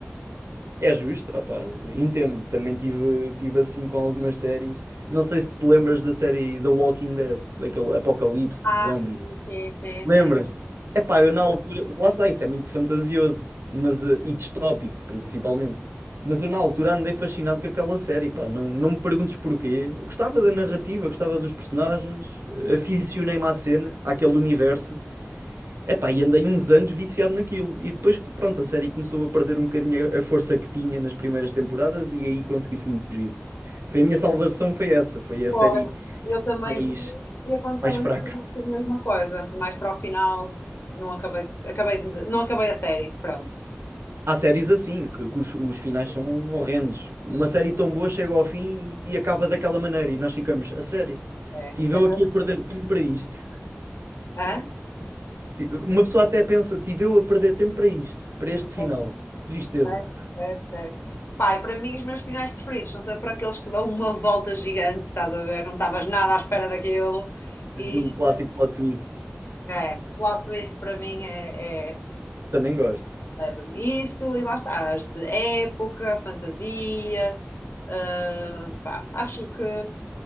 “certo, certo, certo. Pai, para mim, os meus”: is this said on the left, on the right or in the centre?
Left